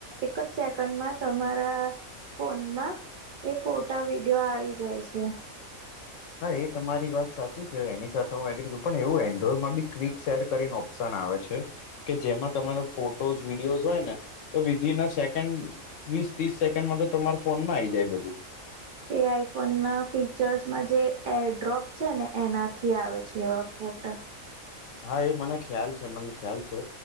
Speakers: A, on the right; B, on the left.
A: એક જ સેકન્ડમાં તમારા ફોનમાં એ ફોટા વિડીિયો આવી જાય છે.
B: હા એ તમારી વાત સાચી છે એની સાથે હું એગ્રી પણ એવું એન્ડ્રોઈડમાં બી ક્વિક શેર કરીને ઓપ્શન આવે છે. કે જેમાં તમારો ફોટોસ વિડીયોઝ હોય ને તો વિધિન અ સેકન્ડ વીસ ત્રીસ સેકન્ડમાં તો તમાર ફોન માં આ આવી જાય બધું.
A: એ આઈફોન ના ફીચર્સમાં જે એડ્રોપ છે ને એનાથી આવે છે એવા ફોટા.
B: હા એ મને ખ્યાલ છે મને ખ્યાલ છે